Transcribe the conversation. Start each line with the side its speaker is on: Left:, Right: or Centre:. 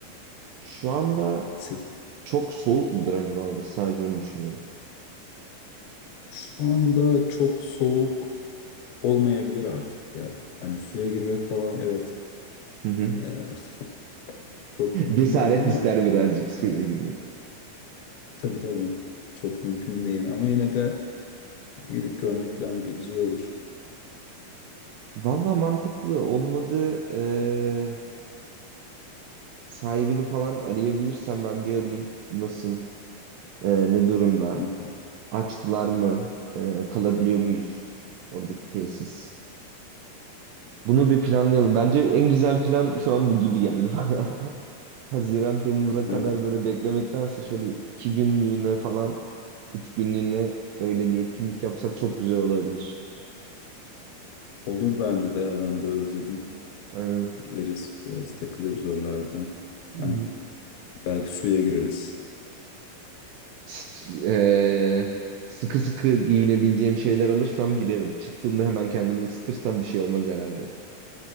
Right: Şu anda
Left: Se-
Right: Çok soğuk mudur acaba orası? Sadece onu düşünüyorum.
Left: Şu anda çok soğuk olmayabilir artık ya. Hani suya girmek falan evet
Right: Hı hı. <laughs>
Left: e, <laughs> çok mümkün
Right: Cesaret
Left: değil ama
Right: ister birazcık suya girmek.
Left: tabii tabii çok mümkün değil. Ama yine de Gidip görmek bence güzel olur.
Right: Valla mantıklı. Olmadı eee, sahibini falan arayabilirsem ben bir arayayım. Nasıl? Eee, ne durumda?
Left: Hı hı.
Right: Açtılar mı? Eee, kalabiliyor muyuz? Oradaki tesis. Bunu bir planlayalım. Bence en güzel plan şu an bu gibi geldi bana. <laughs> Haziran Temmuz'a kadar
Left: Aynen.
Right: böyle beklemektense şöyle iki günlüğüne falan üç günlüğüne böyle bir etkinlik yapsak çok güzel olabilir.
Left: Olur bence de ya ben de özledim.
Right: Aynen.
Left: Gideriz biraz takılırız oralarda.
Right: Hı.
Left: Hani belki suya gireriz.
Right: S- eee, sıkı sıkı giyinebileceğim şeyler alırsam girerim. Çıktığımda hemen kendimi ısıtırsam bir şey olmaz herhalde.